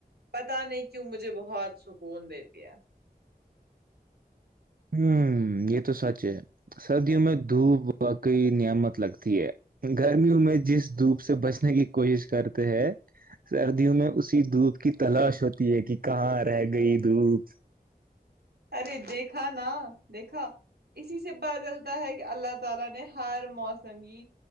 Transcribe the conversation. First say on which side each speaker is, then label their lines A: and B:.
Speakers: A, on the right; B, on the right.
A: پتا نہیں کیوں مجھے بہت سکون دیتی ہے
B: ہوں یہ تو سچ ہے سردیوں میں دھوپ واقعی نعمت لگتی ہے گرمیوں میں جس دھوپ سے بچنے کی کوشش کرتے ہیں سردیوں میں اسی دھوپ کی تلاش ہوتی ہے کہ کہاں رہ گئی دھوپ
A: ارے دیکھا نا دیکھا اسی سے پتا لگتا ہے کہ اللہ تعالی نے ہر موسم کی